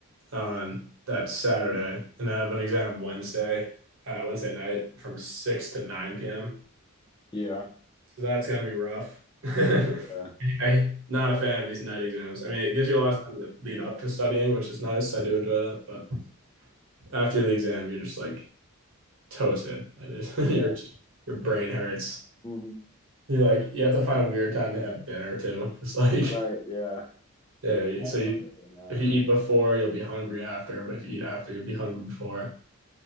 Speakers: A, on the right; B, on the left.
A: on that Saturday, and I have an exam Wednesday, uh, Wednesday night from six to nine p.m.
B: Yeah.
A: So that's gonna be rough. <laughs>
B: Yeah.
A: I not a fan of these night exams. I mean, it gives you a lot of time to lead up to studying, which is nice. I do enjoy that, but after the exam, you're just like toasted. Like
B: Yeah.
A: <laughs> you're just, your brain hurts.
B: Mhm.
A: You like you have to find a weird time to have dinner too. It's like
B: Right. Yeah.
A: <laughs> yeah.
B: I
A: So you,
B: remember doing that.
A: if you eat before, you'll be hungry after. But if you eat after, you'll be hungry before.